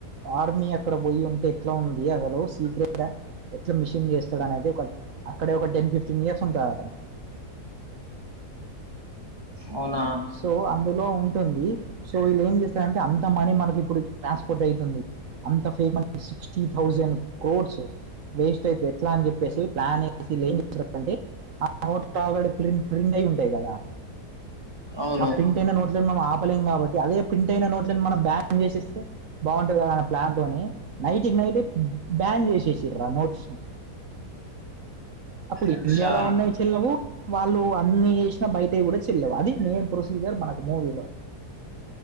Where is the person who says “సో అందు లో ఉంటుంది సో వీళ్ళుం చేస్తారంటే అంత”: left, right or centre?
Right